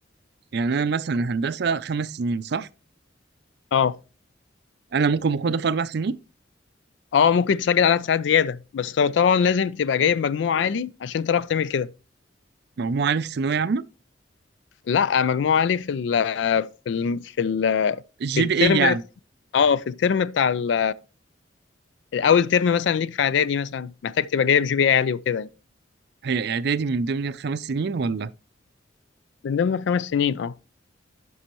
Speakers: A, on the right; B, on the left.
A: يعني انا مثلا الهندسة خمس سنين صح
B: اه
A: انا ممكن اخدها في اربع سنين
B: اه ممكن تسجل عدد ساعات زيادة بس لو طبعا لازم تبقى جايب مجموع عالي عشان تعرف تعمل كده
A: مجموع عالي في ثانوية عامة
B: لا مجموعة لي في ال في ال في ال
A: الجي
B: في الترم
A: بي اي يعني
B: اه في الترم بتاع ال- اول ترم مثلا ليك في اعدادي مثلا محتاج تبقى جايب جي بي اي عالي وكده يعني
A: هي اعدادي من ضمن الخمس سنين ولا
B: من ضمن خمس سنين اه